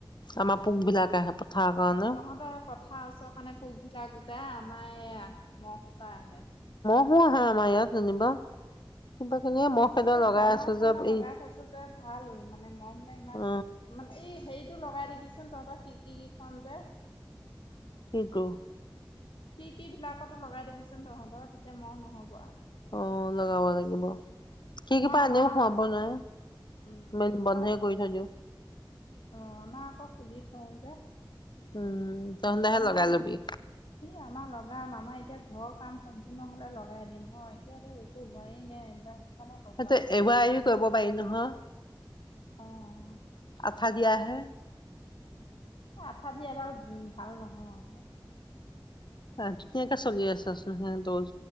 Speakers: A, on the left; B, on the left.
A: আমাৰ পোক বিলাকে আহে পথাৰৰ কাৰণে
B: তহঁতে এই পথাৰ আছো কাৰণে পোকবিলাক। যা আমাৰ এয়া মহ সোপা আহে।
A: পোক আহে আমাৰ ইয়াত যেনিবা। কিবা কিনি মহ
B: তাৰপাছত
A: খেদোৱা
B: এইবোৰ
A: লগাই
B: জালনা,
A: আছো
B: চালনা
A: যে
B: লগাই
A: এই
B: থৈছো যে, ভাল মানে মহবিলাক ইমান,
A: অ
B: মানে এই হেৰি সেইটো লগাই দিবিচোন, তহঁতৰ খিৰিকী কেইখন যে।
A: কিটো?
B: খিৰিকীবিলাকতো লগাই দিবিচোন তহঁতৰ, তেতিয়া মহ নহ'ব আৰু।
A: অ' লগাব লাগিব। খিৰিকি
B: মই
A: পৰা
B: আমাৰ
A: আনিও খুৱাব নোৱাৰি,
B: উম
A: মেলি-বন্ধই
B: তহঁত
A: কৰি থৈ দিও।
B: অ', আমাৰ আকৌ খুলি থওঁ যে
A: উম, তহঁতেহে
B: আমাৰ
A: লগাই ল'বি।
B: ই আমাৰ লগাম আমাৰ এতিয়া ঘৰৰ কাম সম্পূৰ্ণ হ'লে লগাই দিম হয়, এতিয়াতো একো হোৱাই নাই এইবিলাক। কাৰণে লগোৱা
A: সেইটো
B: নাই
A: এৰুৱা-এৰুইও কৰিব পাৰি নহয়।
B: অ', অ'।
A: আঠা দিয়া হে।
B: এ' আঠা দিয়া এইডাল উম ভাল নহয়।
A: অ', ধুনীয়াকে চলি আছেচোন, হে তজ,